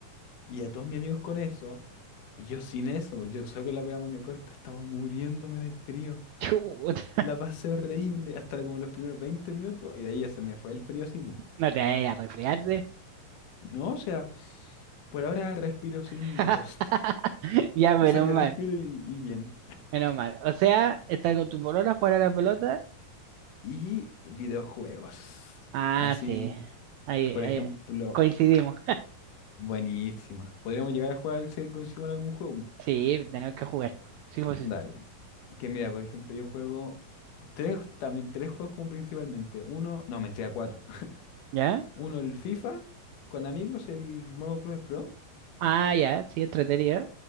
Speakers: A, on the left (about 80°); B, on the right (about 85°).
A: y a todos mis amigos con eso, y yo sin eso, pues, yo solo con la polera manga corta, estaba muriéndome de frío.
B: Chuta,
A: La pasé horrible hasta como los primeros 20 minutos, y de ahí ya se me fue el frío así, po.
B: <laughs> no te vayas a resfriarte.
A: No, o sea, por ahora respiro sin
B: <laughs>
A: mocos. <laughs>
B: Ya, menos
A: O sea, yo
B: mal,
A: respiro y, y bien.
B: menos mal. O sea, estar con tu polola, jugar a la pelota.
A: Y videojuegos.
B: Ah,
A: Así,
B: sí. Ahí,
A: por
B: ahí
A: ejemplo,
B: coincidimos.
A: buenísima. Podríamos llegar a jugar al Cell consigo en algún juego.
B: Sí, tenemos que jugar. Sí, pues
A: Dale.
B: sí.
A: Que mira, por ejemplo, yo juego tres, también tres juegos como principalmente. Uno, no, mentira, cuatro. <laughs>
B: ¿Ya?
A: Uno, el FIFA, con amigos, el modo Clubes Pro.
B: Ah, ya, sí, entretenido.